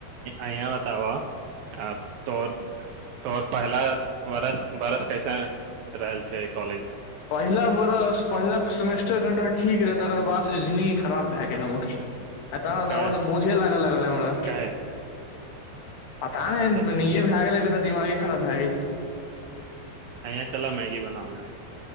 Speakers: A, on the right (about 80°); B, on the left (about 80°).
A: अंया बताब आ तोहर तोहर पहिला बरस बरस कैसन रहल छै कॉलेज
B: पहिला बरस पहिला सेमेस्टर कनिटा ठीक रहै तकर बादसँ जिंन्दगी खराब भए गेल हमर ऐं त ताद
A: काहे
B: बोझे लाग लागल हमरा
A: काहे
B: पता नेे
A: अच्छा
B: एनही
A: अच्छा
B: भए गेल दिमागे खराब भए गेल
A: अंय चलऽ मैगी बनाबि आइ